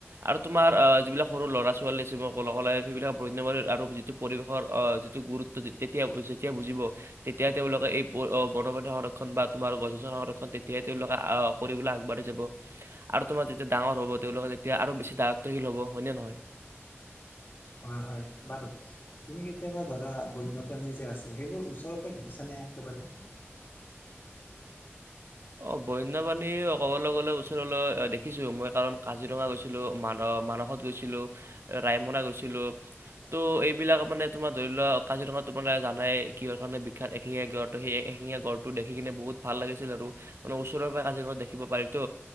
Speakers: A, on the right; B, on the left.
A: আৰু তোমাৰ যিবিলাক সৰু লৰা ছো ছোৱালী সেইবিলাক বন্যবীৰ আৰু যিটো পৰিৱেশৰ যিটো গুৰুত্ব তেতিয়া যেতিয়া বুজিব তেতিয়াই তেওঁলোকে এই বনপণী সংৰক্ষণ বা তোমাৰ গছ গছনি সংৰক্ষণ তেতিয়াই তেওঁলোকে কৰিবলৈ আগবাঢ়ি যাব আৰু তোমাৰ যেতিয়া ডাঙৰ হ'ব তেওঁলোকে তেতিয়া আৰু বেছি দায়িত্বীল হ'ব হয়নে নহয়
B: হয় হয় বাৰু তুমি কেতিয়াবা ধৰা বন্যপ্ৰাণী যে আছে সেইবোৰ ওচৰৰ পৰা দেখিছানে একেবাৰে
A: অ বন্যপ্ৰাণী ক'বলৈ গ'লে ওচৰলৈ দেখিছোঁ মই কাৰণ কাজিৰঙা গৈছিলোঁ মান মানসত গৈছিলো ৰায়মনা গৈছিলো ত' এইবিলাক মানে তোমাৰ ধৰি লোৱা কাজিৰঙা তোমালোকে জানাই কিহৰ কাৰণে বিখ্যাত এশিঙীয়া গড় ত সেই এশিঙীয়া গড়টো দেখি কিনে বহুত ভাল লাগিছিল আৰু মানে ওচৰৰ পৰা কাজিৰঙা দেখিব পাৰিতো